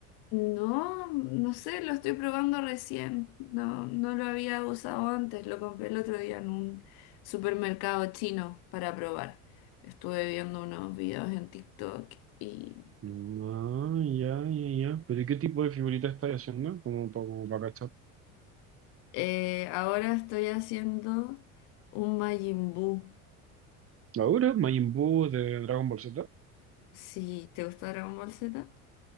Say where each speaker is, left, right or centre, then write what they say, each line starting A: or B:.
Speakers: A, on the left; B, on the right.
A: No, no sé, lo estoy probando recién. No, no lo había usado antes, lo compré el otro día en un supermercado chino para probar. Estuve viendo unos videos en TikTok y
B: Ah, ya, ya, ya. ¿Pero y qué tipo de figuritas estás haciendo? Como para, como para cachar.
A: eh, ahora estoy haciendo un Majin Buu.
B: ¿Ahora? ¿Majin Buu de Dragon Ball Z?
A: Si te gusta Dragon Ball Z.